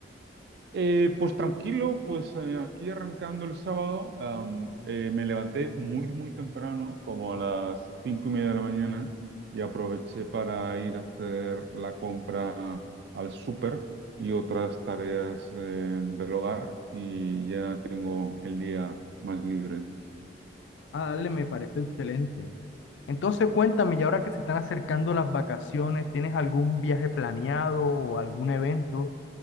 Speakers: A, on the right; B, on the left.
A: Eh, pues tranquilo, pues eh, aquí arrancando el sábado, am, eh, me levanté muy, muy temprano, como a las cinco y media de la mañana, y aproveché para ir a hacer la compra al súper y otras tareas eh, del hogar, y ya tengo el día más libre.
B: Ah, dale, me parece excelente. Entonces, cuéntame, y ahora que se están acercando las vacaciones, ¿tienes algún viaje planeado o algún evento?